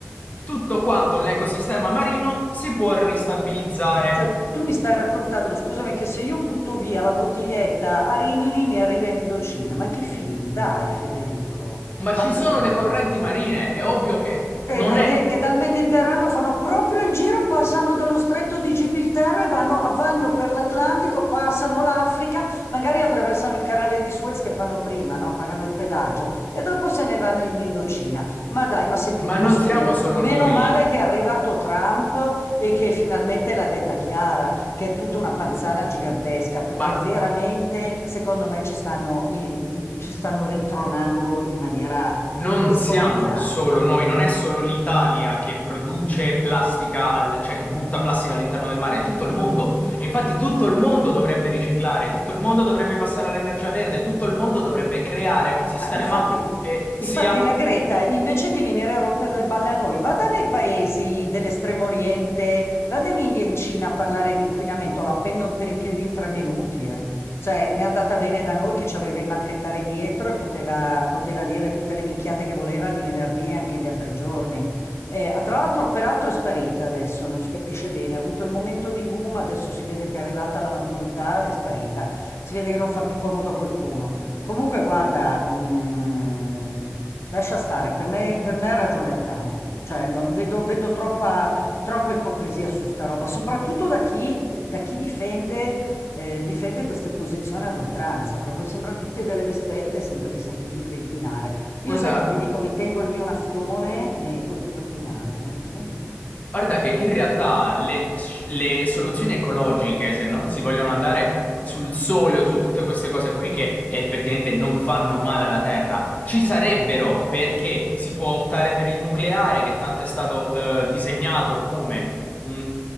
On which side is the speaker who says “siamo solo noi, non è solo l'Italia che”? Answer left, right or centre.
Left